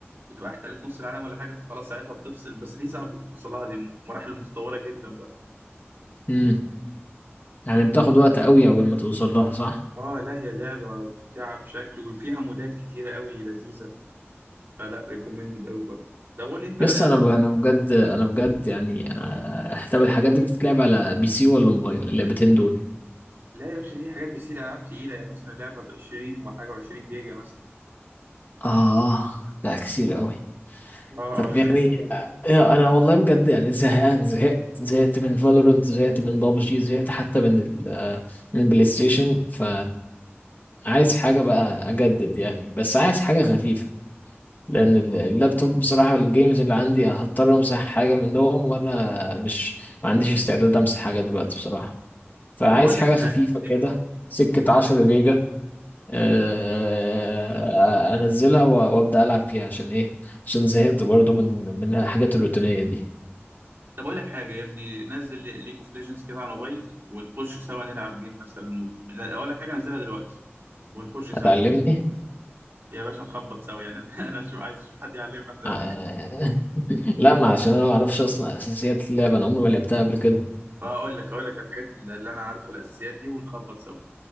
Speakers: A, on the right; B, on the left.
A: بتبقى احتلت نص العالم ولا حاجه فخلاص ساعتها بتفصل بس دي صعب توصلها دي في مراحل متطوره جدا بقى
B: امم يعني بتاخد وقت قوي اول ما توصل لها صح
A: اه لا هي لعبه ممتعه بشكل وفيها مودات كتيره قوي لذيذه فلا ريكومندد قوي برضه طب قول لي انت على
B: يس انا ب- انا بجد انا بجد يعني آه، طب الحاجات دي بتتلعب على بي سي ولا موبايل اللعبتين دول
A: لا يا باشا دي حاجات بيسيل العاب تقيله يعني مثلا لعبه ب 20 وحاجه و20 جيجا مثلا
B: آه لا كتير قوي
A: اه
B: طب يعني آه، أنا والله بجد يعني زهقان زهقت زهقت من فالورنت زهقت من بابجي زهقت حتى من ال آه، من بلاي ستيشن ف عايز حاجة بقى أجدد يعني بس عايز حاجة خفيفة لان ال- اللابتوب بصراحه الجيمز اللي عندي هضطر امسح حاجه منهم وانا مش ما عنديش استعداد امسح حاجه دلوقتي بصراحه
A: <laughs>
B: فعايز
A: طب اقول
B: حاجه
A: لك
B: خفيفه
A: حاجه
B: كده
A: ايه
B: سكه 10 جيجا آه، انزلها و- وابدا العب فيها عشان ايه عشان زهقت برضو من من الحاجات الروتينيه دي
A: طب اقول لك حاجه يا ابني نزل ليج اوف ليجندز كده على الموبايل ونخش سوا نلعب جيم مثلا و... لا، اقول لك حاجه نزلها دلوقتي ونخش سوا
B: هتعلمني
A: يا باشا نخبط سوا يعني <laughs> انا شو عايز اشوف حد يعلمنا احنا
B: آه،
A: الاثنين
B: <laughs> لا ما عشان انا ما اعرفش اصلا اساسيات اللعبه انا عمري ما لعبتها قبل كده
A: فهقول لك هقول لك الحاجات اللي اللي انا عارفها الاساسيات دي ونخبط سوا